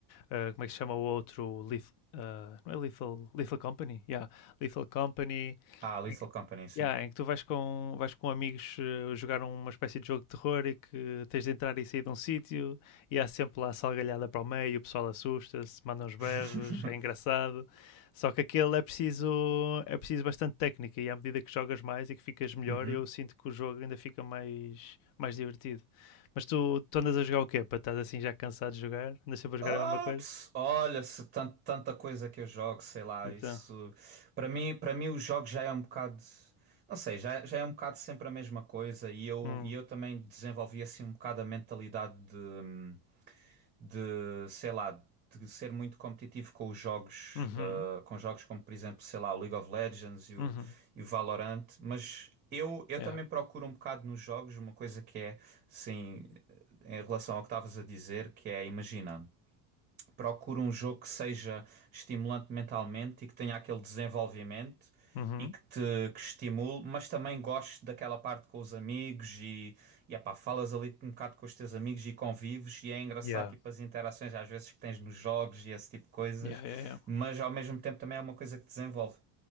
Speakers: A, on the left; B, on the right.
A: uh, como é que se chama o outro? Leth- uh, não é Lethal, Lethal Company? Yeah. Lethal Company,
B: Ah, Lethal
A: em que,
B: Company, sim.
A: yeah, em que tu vais com, vais com amigos uh, jogar uma espécie de jogo de terror e que tens de entrar e sair de um sítio e há sempre lá salgalhada para o meio, o pessoal assusta-se, manda uns berros,
B: <laughs>
A: é engraçado. Só que aquele é preciso, é preciso bastante técnica e à medida que jogas mais e que ficas melhor,
B: Uhum.
A: eu sinto que o jogo ainda fica mais, mais divertido. Mas tu, tu andas a jogar o quê? Para estás assim já cansado de jogar? Andas sempre a jogar
B: Ah,
A: a mesma coisa?
B: ps- olha, se tan- tanta coisa que eu jogo, sei lá,
A: Então.
B: isso para mim, para mim o jogo já é um bocado, não sei, já, já é um bocado sempre a mesma coisa e eu
A: Hum.
B: e eu também desenvolvi assim um bocado a mentalidade de hum, de, sei lá, de ser muito competitivo com os jogos,
A: Uhum.
B: ah, com jogos como, por exemplo, sei lá, o League of Legends e o,
A: Uhum.
B: e o Valorant, mas eu, eu
A: Yeah.
B: também procuro um bocado nos jogos uma coisa que é, sim, em relação ao que estavas a dizer, que é, imagina. Procuro um jogo que seja estimulante mentalmente e que tenha aquele desenvolvimento
A: Uhum.
B: e que te que estimule, mas também gosto daquela parte com os amigos e, e epá, falas ali um bocado com os teus amigos e convives e é engraçado
A: Yeah.
B: tipo as interações às vezes que tens nos jogos e esse tipo de coisas,
A: Yeah, yeah, yeah.
B: mas ao mesmo tempo também é uma coisa que te desenvolve.